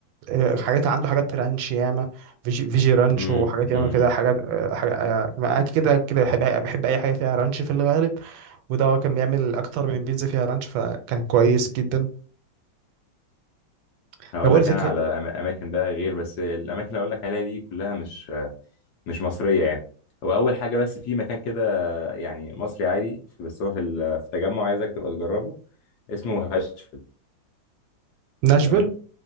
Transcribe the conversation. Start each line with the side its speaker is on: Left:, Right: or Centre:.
Right: آه، حاجات عنده حاجات رانش ياما فيجي, فيجي رانش
Left: امم
Right: وحاجات ياما
Left: امم
Right: كده حاجات آه، حاجة آه، أنا كده كده بحب بحب أي حاجة فيها رانش في الغالب وده هو كان بيعمل أكتر من بيتزا فيها رانش فكان كويس جدا أنا
Left: هقول
Right: بقول
Left: لك انا
Right: لك إيه،
Left: على أما- اماكن بقى غير بس الاماكن اللي هقول لك عليها دي كلها مش مش مصرية يعني هو اول حاجة بس في مكان كده يعني مصري عادي بس هو في ال- في التجمع عايزك تبقى تجربه اسمه هاشفيل
Right: ناشفيل
Left: تمام